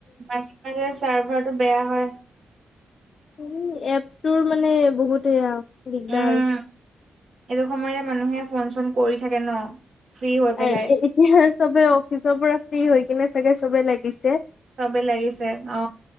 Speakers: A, on the right (about 70°); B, on the left (about 65°).
A: মাজে মাজে চাৰ্ভাৰটো বেয়া হয়।
B: উ এপটোৰ মানে বহুত সেয়া দিগদাৰ
A: উম এইটো সময়তে মানুহে ফোন চোন কৰি থাকে ন। ফ্ৰী হৈ পেলাই
B: আৰু এ এতিয়া চবে অফিচৰ পৰা ফ্ৰী হৈ কিনে চাগে চবে লাগিছে।
A: চবেই লাগিছে অ